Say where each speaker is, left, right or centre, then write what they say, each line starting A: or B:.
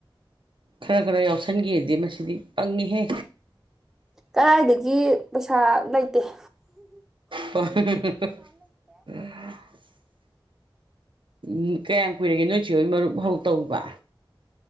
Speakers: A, on the right; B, in the centre.
A: ꯈꯔꯥ ꯈꯔꯥ ꯌꯥꯎꯁꯟꯒꯦꯗꯤ ꯃꯁꯤꯗꯤ ꯄꯪꯉ‌ꯦꯍꯦ
B: ꯀꯔꯥꯏꯗꯒꯤ ꯄꯩꯁ ꯂꯩꯇꯦ ꯫
A: <unintelligible> ꯎꯝ ꯀꯌꯥꯝ ꯀꯨꯏꯔꯒꯦ ꯅꯣꯏ ꯆ‌ꯦ ꯍꯣꯏ ꯃꯔꯨꯞ ꯍꯧ ꯇꯧꯕ?